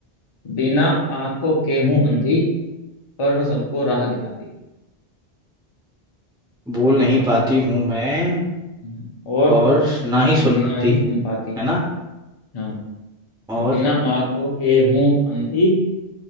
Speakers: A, on the left; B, in the centre.
A: बिना आंखों के हूं अंधी पर सबको राह दिखाती
B: बोल
A: बताओ
B: नहीं
A: क्या
B: पाती
A: है?
B: हूँ मैं
A: हम्म, और
B: और ना ही सुन
A: ना
B: पाती
A: ही सुन पाती
B: है ना
A: हाँ
B: और
A: बिना आंखों के हूं अंधी